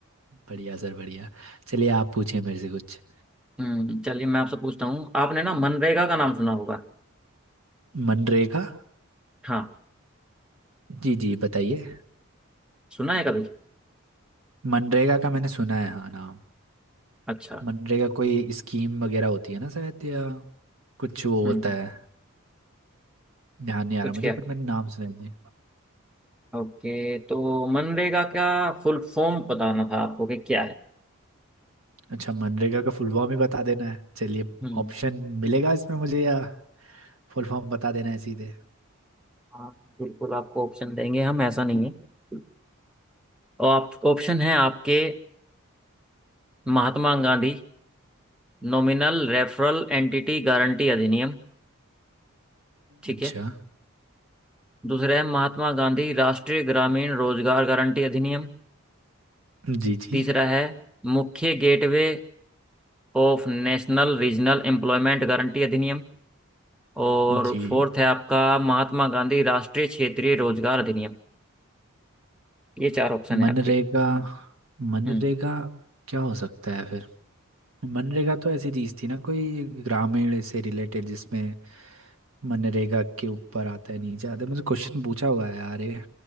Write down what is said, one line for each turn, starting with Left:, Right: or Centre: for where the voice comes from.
Right: बढ़िया सर बढ़िया चलिए आप पूछिए मेरे से कुछ
Centre: हम्म चलिए मैं आपसे पूछता हूँ आपने ना मनरेगा का नाम सुना होगा
Right: मनरेगा
Centre: हाँ
Right: जी जी बताइए
Centre: सुना है कभी
Right: मनरेगा का मैंने सुना है हाँ नाम
Centre: अच्छा
Right: मनरेगा कोई स्कीम वगैरह होती है ना शायद या कुछ वो
Centre: हम्म
Right: होता है ध्यान नहीं आ
Centre: कुछ
Right: रहा मुझे
Centre: क्या
Right: पर मैंने नाम सुना है जी
Centre: ओके तो मनरेगा का फुल फॉर्म बताना था आपको कि क्या है
Right: अच्छा मनरेगा का फुल फॉर्म ही बता देना है चलिए
Centre: हम्म
Right: ऑप्शन मिलेगा इसमें मुझे या फुल फॉर्म बता देना है सीधे
Centre: हाँ बिल्कुल आपको ऑप्शन देंगे हम ऐसा नहीं है और आप ऑप्शन है आपके Mahatma Gandhi nominal referral entity guarantee अधिनियम ठीक
Right: अच्छा
Centre: है दूसरा है महात्मा गांधी राष्ट्रीय ग्रामीण रोजगार गारंटी अधिनियम
Right: जी जी
Centre: तीसरा है मुख्य gateway of national regional employment guarantee अधिनियम और
Right: जी
Centre: फोर्थ है आपका महात्मा गांधी राष्ट्रीय क्षेत्रीय रोजगार अधिनियम ये चार ऑप्शन है
Right: मनरेगा
Centre: आपके
Right: मनरेगा
Centre: हम्म
Right: क्या हो सकता है फिर मनरेगा तो ऐसी चीज थी ना कोई ग्रामीण से रिलेटेड जिसमें मनरेगा के ऊपर आता है नहीं ज्यादा मुझे क्वेश्चन पूछा हुआ है यार ये